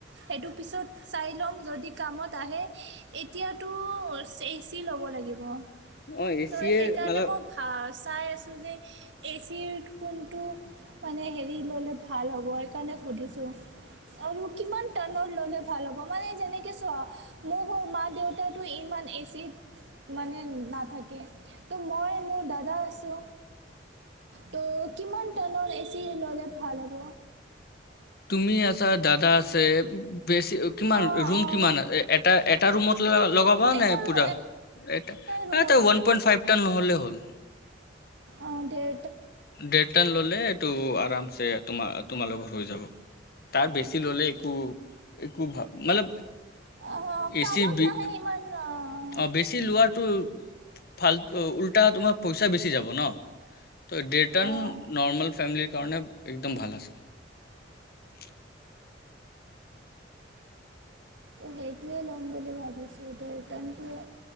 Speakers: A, on the right; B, on the left.
A: সেইটো পিছত চাই ল'ম যদি কামত আহে, এতিয়া সটো এচি লব লাগিব,
B: অ এচিয়ে
A: ত সেইকাৰণেই
B: মানে
A: মই ভাল চাই আছোঁ যে এ চিৰ কোনটো মানে হেৰি ল'লে ভাল হ'ব সকাৰণে সুধিছোঁ। আৰু কিমান টানত ললে ভাল হ'ব মানে যেনেকে চোৱা মোকৌ মা দেউত তাতো ইমান এচিড মানে নাথাকে ত' মই মোৰ দাদা আছো। ত' কিমান টানৰ এচি ললে ভাল হ'ব।
B: তুমি আছা দাদা আছে। বেছি
A: অঁ
B: কিমান ৰুম
A: অঁ
B: কিমান এটা এটা ৰুমত লগাবা
A: এটা
B: নে
A: ৰু
B: পুৰা? এটা
A: ৰুমত
B: তই ওৱান পইণ্ট ফাইভ টান নহ'লে হ'ল।
A: অ' দে'
B: দেৰট ললে এইটো আৰামছে <inaudible> তোমাৰ- তোমাৰ লগৰ হৈ যাব তাৰ বেছি ললে একো - একো ভাল মানে
A: অঁ
B: এচি
A: কামত
B: বি,
A: নাহে ইমান অঁ
B: অ' বেছি লোৱাটো ফাল উল্টা তোমাৰ পইচা বেছি যাব ন'। ত ডেটন
A: অঁ
B: নৰ্মেল ফেমিলিৰ কাৰণে একদম ভাল আছে <inaudible>
A: সেইটোৱে ল'ম বুলি ভাবিছোঁ এতি ৰিটাৰ্ণটোৱে।